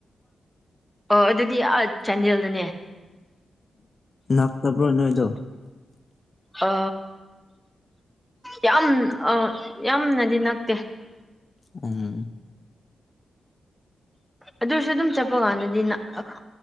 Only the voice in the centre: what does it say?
ꯑꯣ ꯑꯗꯨꯗꯤ ꯑꯥ ꯆꯥꯟꯗꯦꯜꯗꯅꯦ
ꯑ ꯌꯥꯝ ꯑ ꯌꯥꯝꯅꯗꯤ ꯅꯛꯇꯦ
ꯑꯗꯨꯁꯨ ꯑꯗꯨꯝ ꯆꯠꯄ ꯀꯥꯟꯗꯗꯤ ꯅꯛ ꯑ